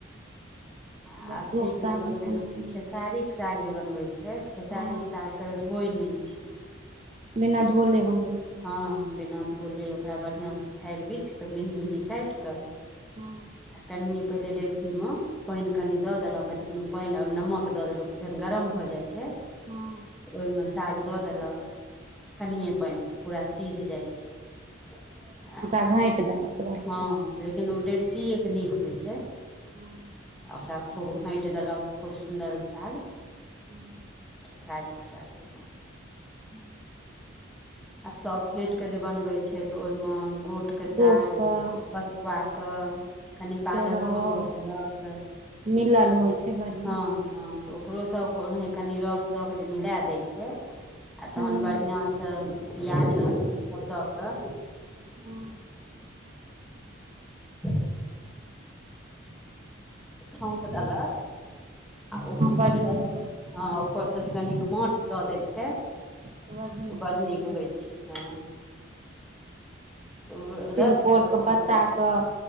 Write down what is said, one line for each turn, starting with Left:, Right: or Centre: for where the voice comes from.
Centre: आ
Right: बथुओके
Centre: अथी के
Right: साग
Centre: जे बनबै
Right: लोक कोना
Centre: छी खेसारी
Right: छै
Centre: साग जे बनबै छै खेसारी
Right: हँ
Centre: साग के धोय नहि छै
Right: बिना धोले बनबे छै
Centre: हँ बिना धोले ओकरा बढ़िया से झाड़ि बिछकेऽ मेहीँ मेहीँं कटि क
Right: हँ
Centre: आ कनिए पहिले डेकची मे पैनय कनि दो देलक आ जखन ओ पैनय नमक द देलक ओ जखन गरम भऽ जाइ छै
Right: हँ
Centre: ओह मे साग दो देलक कनिए
Right: हँ
Centre: पैनय मे पूरा सिझ जाइ छै आ
Right: घांट‌ए देलक सभसँ
Centre: हँ लेकिन ओ डेगचिए के नीक होइ छै
Right: हूँ
Centre: ओकरा खूब घाट‌ए देलक खूब सुन्दर ओ साग
Right: हुँ
Centre: खेसारीके साग होइ छै
Right: हुम्
Centre: आ सब फेट के जे बनबै छै तऽ ओहिमे गोट गोटके साग
Right: गोट कऽ
Centre: बथुआ कऽ कनि पालको
Right: के रहौ
Centre: दऽ देलक
Right: मिलल होइ छै बढ़िआँ
Centre: हँ हँ तऽ ओकरो सबके ओनाहि कनी रस द के जे मिला देय छै आ तहन
Right: हूँ
Centre: बढ़ियां सभ पियाज लहसुन सब दऽ कऽ
Right: हँ
Centre: ह <inaudible> छैउंक देलक आ ओकर
Right: बड्ड नीक होइ छै
Centre: हँ ऊपरसँ जे कनिक माठ दऽ दै छै
Right: तऽ बड्ड
Centre: बड़
Right: भेल
Centre: नीक होइ छै हँ तऽ ओ
Right: तिलकोर
Centre: रस जकाँ
Right: के पत्ता
Centre: भेलै
Right: क